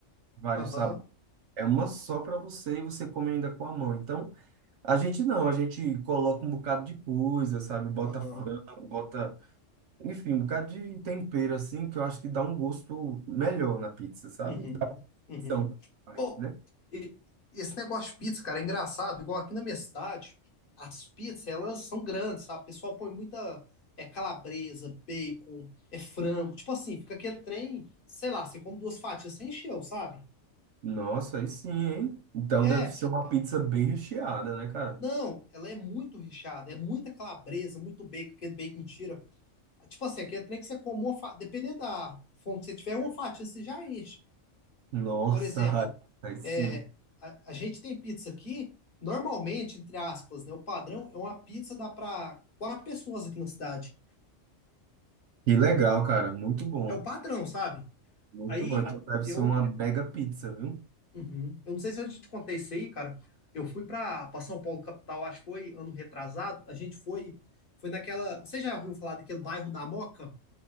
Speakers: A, on the right; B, on the left.
A: vários
B: Aham,
A: sabores. É uma só para você e você come ainda com a mão. Então, a gente não, a gente coloca um bocado de coisa, sabe? Bota
B: aham.
A: frango, bota, enfim, um bocado de tempero assim, que eu acho que dá um gosto melhor na pizza, sabe?
B: Uhum,
A: Dá
B: uhum.
A: opção,
B: Bom,
A: né?
B: e- esse negócio de pizza, cara, é engraçado. Igual aqui na minha cidade, as pizzas, elas são grandes, sabe? O pessoal põe muita é calabresa, bacon, é frango. Tipo assim, fica aquele trem, sei lá, você come duas fatias, você encheu, sabe?
A: Nossa, aí sim, hein? Então
B: É,
A: deve ser uma pizza bem recheada, né, cara?
B: não, ela é muito recheada, é muita calabresa, muito bacon, aquele bacon tira. Tipo assim, aquele trem que você come uma fatia, dependendo da fome que você tiver, uma fatia você já enche.
A: Nossa,
B: Por exemplo,
A: <laughs> aí sim.
B: é, a, a gente tem pizza aqui, normalmente, entre aspas, né? O padrão é uma pizza dá para quatro pessoas aqui na cidade.
A: Que legal, cara. Muito bom.
B: É o padrão, sabe?
A: Muito
B: Aí
A: bom. Então deve
B: eu,
A: ser uma mega pizza, viu?
B: uhum, eu não sei se eu te contei isso aí, cara. Eu fui para São Paulo, capital, acho que foi ano retrasado. A gente foi, foi naquela. Você já ouviu falar daquele bairro da Moca?